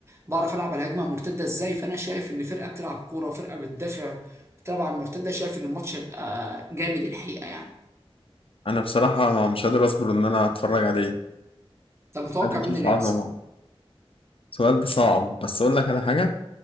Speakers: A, on the right (about 25°); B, on the left (about 60°).
A: وبعرف العب على الهجمه المرتده ازاي فانا شايف ان فرقه بتلعب كوره وفرقه بتدافع بتلعب على المرتده شايف ان الماتش هيبقى جامد الحقيقه يعني
B: انا بصراحة مش قادر اصبر ان انا اتفرج عليه
A: طب متوقع
B: قادر اشوف
A: مين اللي
B: عظمة
A: يكسب
B: سؤال ده صعب بس اقول لك على حاجة